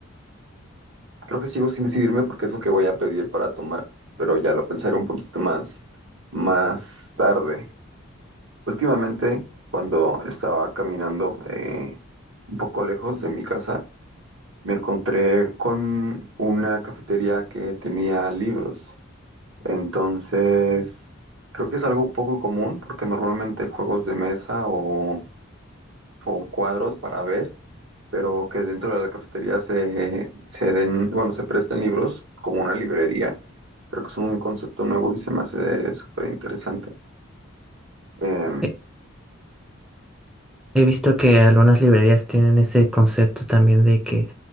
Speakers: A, on the right; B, in the centre.
A: Creo que sigo sin decidirme porque es lo que voy a pedir para tomar, pero ya lo pensaré un poquito más, más tarde. Últimamente, cuando estaba caminando eh, un poco lejos de mi casa, me encontré con una cafetería que tenía libros. Entonces, creo que es algo poco común porque normalmente hay juegos de mesa o, o cuadros para ver pero que dentro de la cafetería se, se den, bueno, se presten libros como una librería. Creo que es un concepto nuevo y se me hace súper interesante. Em,
B: He he visto que algunas librerías tienen ese concepto también de que